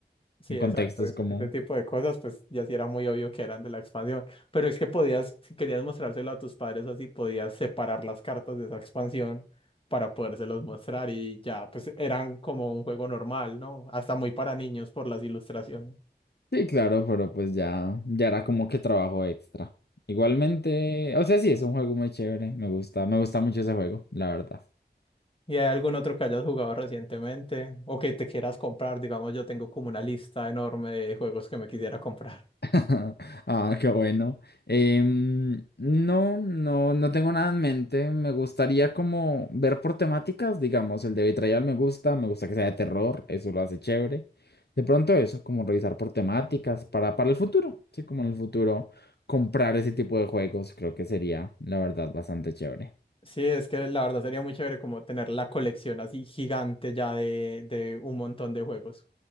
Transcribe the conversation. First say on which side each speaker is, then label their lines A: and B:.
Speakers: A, on the left; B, on the left.
A: Sí,
B: en
A: exacto,
B: contextos
A: ese,
B: como...
A: ese tipo de cosas, pues ya sí era muy obvio que eran de la expansión. Pero es que podías, si querías mostrárselo a tus padres así, podías separar las cartas de esa expansión para podérselos mostrar y ya, pues eran como un juego normal, ¿no? Hasta muy para niños por las ilustraciones.
B: Sí, claro, pero pues ya, ya era como que trabajo extra. Igualmente, o sea, sí, es un juego muy chévere, me gusta, me gusta mucho ese juego, la verdad.
A: ¿Y hay algún otro que hayas jugado recientemente o que te quieras comprar? Digamos, yo tengo como una lista enorme de juegos que me quisiera comprar.
B: <laughs> Ah, qué bueno. Em, no, no, no tengo nada en mente. Me gustaría como ver por temáticas, digamos, el de Betrayal me gusta, me gusta que sea de terror, eso lo hace chévere. De pronto eso, como revisar por temáticas para, para el futuro, sí, como en el futuro comprar ese tipo de juegos, creo que sería, la verdad, bastante chévere.
A: Sí, es que la verdad sería muy chévere como tener la colección así gigante ya de, de un montón de juegos.